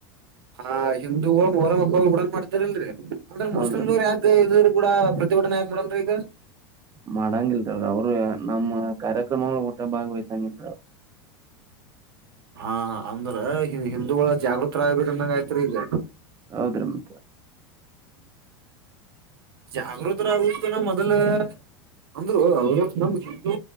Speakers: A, on the right; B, on the right.
A: ಹಾ ಹಿಂದೂಗಳು ಮೋಹರಂ ಮಕ್ಕಳ ಕೂಡ ಮಾಡ್ತಾರಲ್ರಿ ಅಂದ್ರೆ
B: ಹೌದ್ರಿ
A: ಮುಸ್ಲಿಮ ಯಾಕ ಇದ ಕೂಡ ಪ್ರತಿಭಟನೆ ಯಾಕ್ ಮಾಡಲ್ರರಿ ಈಗ
B: ಮಾಡಂಗಿಲ್ರ ಅವ್ರೀ ಅವರು ನಮ್ಮ ಕಾರ್ಯಕ್ರಮಳ ಊಟ ಭಾಗವಹಿಸಂಗಿಲ್ರ ಅವರು
A: ಹಾ ಅಂದ್ರ ಹಿಂದೂಗಳ ಜಾಗೃತರ ಆಗ್ಬೇಕಂದಂಗ ಆಯ್ತ್ರಿ ಈಗ
B: ಹೌದ್ರಿ ಮತ್
A: ಜಾಗೃತರ ಆಗುದಕಣ ಮೊದಲ ಅಂದ್ರು ಅವರು ನಮ ಹಿಂದು